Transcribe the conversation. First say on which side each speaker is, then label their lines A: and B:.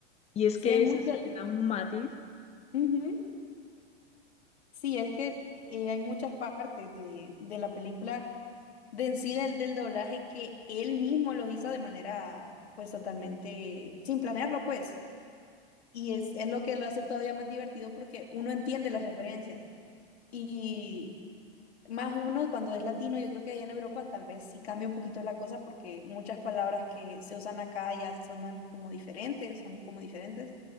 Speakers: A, on the left (about 20°); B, on the left (about 85°).
A: Y es
B: sí
A: que
B: hay muchas.
A: eso es- le da un matiz,
B: Ujú. Sí, es que eh, hay muchas partes de, de la película de en sí del, del doblaje que él mismo los hizo de manera pues totalmente sin planearlo pues. Y es, es lo que lo hace todavía más divertido porque uno entiende las referencias. Y más uno cuando es latino, yo creo que allá en Europa tal vez sí cambia un poquito la cosa porque muchas palabras que se usan acá ya sonan como diferentes, son como diferentes.